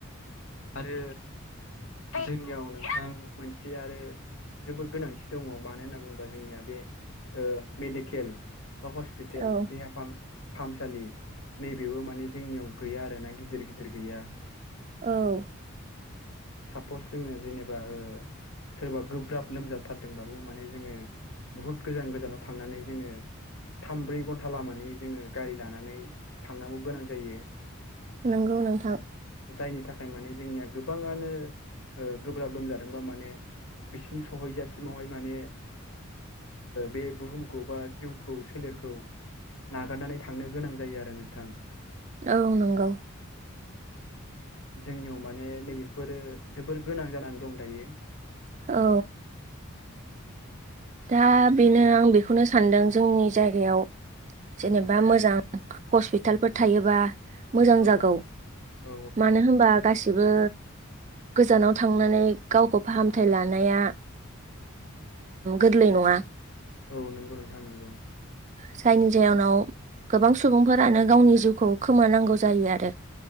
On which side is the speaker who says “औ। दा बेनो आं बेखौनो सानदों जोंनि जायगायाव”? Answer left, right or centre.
Right